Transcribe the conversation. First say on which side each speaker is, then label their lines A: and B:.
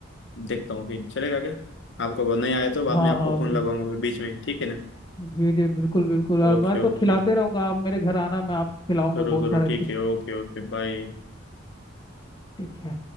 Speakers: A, on the left; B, on the left.
A: देखता हूँ फिर चलेगा क्या आपको वो नहीं आए तो बाद
B: हाँ
A: में आपको
B: हाँ
A: फोन
B: बिल्कुल
A: लगाऊंगा बीच में ठीक है ना
B: जी जी बिल्कुल बिल्कुल और
A: Okay
B: मैं तो
A: okay
B: खिलाते रहूंगा आप मेरे घर आना मैं आपको खिलाऊंगा
A: जरूर
B: बहुत
A: जरूर
B: सारा चीज
A: ठीक है ओके ओके बाय
B: ठीक है